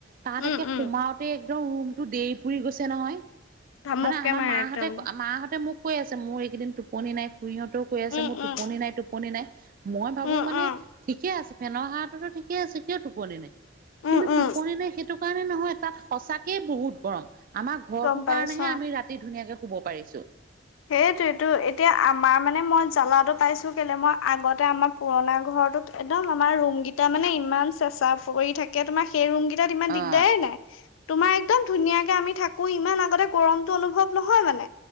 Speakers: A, on the right; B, on the left.
A: তাত
B: উম
A: একে
B: উম
A: সময়তে একদম ৰূমটো দেহ পুৰি গৈছে নহয়।
B: ধামুককে
A: মানে আমাৰ
B: মাৰে
A: মাহঁতে,
B: একদম
A: মাহঁতে মোক কৈ আছে, মোৰ এদিন টোপনি নাই। সিহঁতেও কৈ আছে,
B: উম
A: মোৰ
B: উম
A: টোপনি নাই, টোপনি নাই, মই ভাবোঁ
B: উম
A: মানে
B: উম
A: ঠিকেই আছে। ফেনৰ হাৱাটোতো ঠিকেই আছে, কিয় টোপনি নাই? কিন্তু
B: উম
A: টোপনি
B: উম
A: নাই সেইটো কাৰণে নহয়, তাত সঁচাকেই বহুত গৰম, আমাৰ ঘৰৰটো
B: গম পাইছো
A: কাৰণে হয়
B: অ
A: আমি ৰাতি তি, ধুনীয়াকে শুব পাৰিছোঁ।
B: সেইটোৱেটো এতিয়া আমাৰ মানে মই জালাটো, পাইছোঁ কেলে, মই আগতে আমাৰ পুৰণা ঘৰটোত, একদম আমাৰ ৰুমকেইটা মানে ইমান চেঁচা পৰি থাকে। এতিয়া তোমাৰ সেই ৰূমকেইটাত ইমান দিগদাৰেই
A: অ
B: নাই। তোমাৰ একদম ধুনীয়াকে আমি থাকোঁ, ইমান আগতে গৰমটো অনুভৱ নহয় মানে।